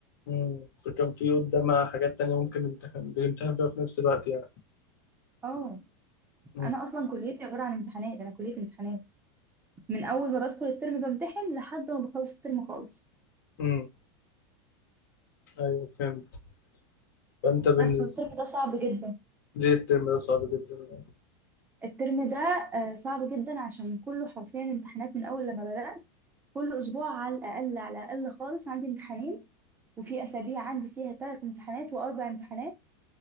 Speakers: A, on the left; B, on the right.
A: مم، فكان في قدامها حاجات تانية ممكن نمتحن بنمتحن فيها في نفس الوقت يعني
B: اه
A: مم،
B: أنا أصلا كليتي عبارة عن امتحانات أنا كلية امتحانات من اول ما بدخل الترم بمتحن لحد ما بخلص الترم خالص
A: مم، أيوه فهمت فأنت بالنسبة
B: بس والترم ده صعب جدا
A: ليه الترم ده صعب جدا يعني
B: الترم ده آه، صعب جدا عشان كله حرفيا امتحانات من اول لما بدأت كل اسبوع على الاقل على الاقل خالص عندي امتحانين وفي اسابيع عندي فيها ثلاث امتحانات واربع امتحانات